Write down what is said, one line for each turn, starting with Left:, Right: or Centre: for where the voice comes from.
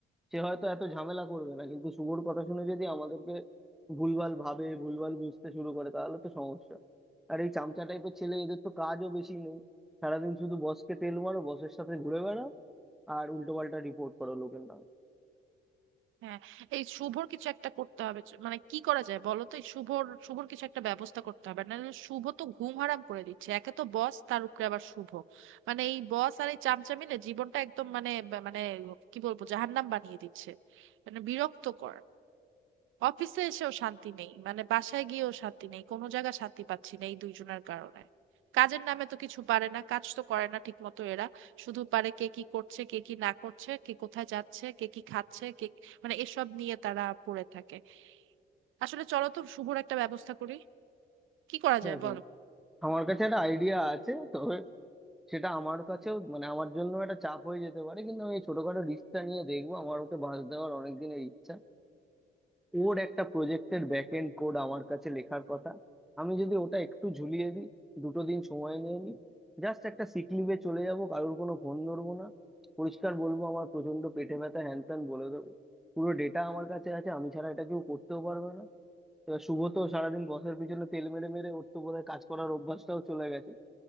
Centre: সে হয়তো এত ঝামেলা করবে না কিন্তু শুভর কথা শুনে যদি আমাদেরকে ভুলভাল ভাবে ভুলভাল বুঝতে শুরু করে তাহলে তো সমস্যা আর এই চামচা টাইপের ছেলে এদের তো কাজও বেশি নেই সারাদিন শুধু বসকে তেল মারো বসের সাথে ঘুরে বেড়াও আর উল্টো পাল্টা রিপোর্ট করো লোকের নামে
Right: হ্যাঁ এই শুভর কিছু একটা করতে হবে চ- মানে কি করা যায় বলো তো এই শুভর শুভর কিছু একটা ব্যবস্থা করতে হবে নাহলে শুভ তো ঘুম হারাম করে দিচ্ছে একে তো বস তার উপরে আবার শুভ মানে এই বস আর এই চামচা মিলে জীবনটা একদম মানে বা- মানে কি বলবো জাহান্নাম বানিয়ে দিচ্ছে মানে বিরক্তকর অফিসে এসেও শান্তি নেই মানে বাসায় গিয়েও শান্তি নেই কোনো জায়গা শান্তি পাচ্ছি না এই দুইজনের কারণে কাজের নামে তো কিছু পারে না কাজ তো করে না ঠিক মতো এরা শুধু পারে কে কি করছে কে কি না করছে কে কোথায় যাচ্ছে কে কি খাচ্ছে কে মানে এসব নিয়ে তারা পড়ে থাকে আসলে চলো তো শুভর একটা ব্যবস্থা করি কি করা যায়
Centre: দেখো
Right: বলো
Centre: আমার কাছে একটা আইডিয়া আছে তবে সেটা আমার কাছেও মানে আমার জন্য একটা চাপ হয়ে যেতে পারে কিন্তু আমি এই ছোটখাটো রিস্কটা নিয়ে দেখবো আমার ওকে বাঁশ দেওয়ার অনেক দিনের ইচ্ছা ওর একটা প্রজেক্টের ব্যাক এন্ড কোড আমার কাছে লেখার কথা আমি যদি ওটা একটু ঝুলিয়ে দিই দুটো দিন সময় নিয়ে নিই জাস্ট একটা সিক লিভে চলে যাব কারোর কোনো ফোন ধরবো না পরিষ্কার বলবো আমার প্রচন্ড পেটে ব্যথা হ্যান ত্যান বলে দেবো পুরো ডেটা আমার কাছে আছে আমি ছাড়া এটা কেউ করতেও পারবে না এবার শুভ তো সারাদিন বসের পিছনে তেল মেরে মেরে ওর তো বোধহয় কাজ করার অভ্যাসটাও চলে গেছে